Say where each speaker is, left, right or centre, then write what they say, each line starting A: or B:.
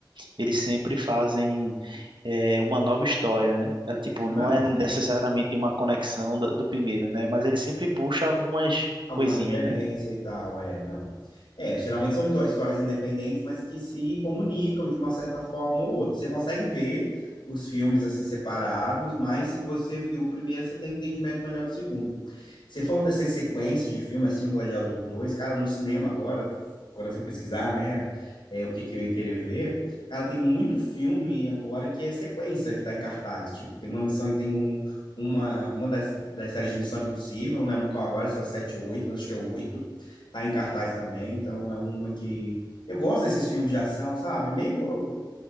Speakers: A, on the right (about 80°); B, on the left (about 85°).
A: eles sempre fazem é, uma nova história, né? É, tipo,
B: Ah,
A: não
B: não,
A: é necessariamente uma conexão da- do primeiro, né? Mas ele sempre puxa algumas
B: Alguma
A: coisinhas,
B: referência
A: né?
B: e tal, é, não. É, geralmente são hito- histórias independentes, mas que se comunicam de uma certa forma ou outra. Você consegue ver os filmes assim separados, mas se você viu o primeiro, você tem um entendimento melhor do segundo. Você falou dessas sequências de filme, assim, o Gladiador 2, cara, no cinema agora, quando eu fui pesquisar, né, é, o que, que eu ia querer ver, cara, tem muito filme agora que é sequência, que tá em cartaz, tipo, tem uma missão, tem um, uma, uma das, das séries de Missão Impossível, não lembro qual agora, se é o 7 ou 8, mas acho que é o 8, tá em cartaz também, então é uma que... Eu gosto desses filmes de ação, sabe? É meio,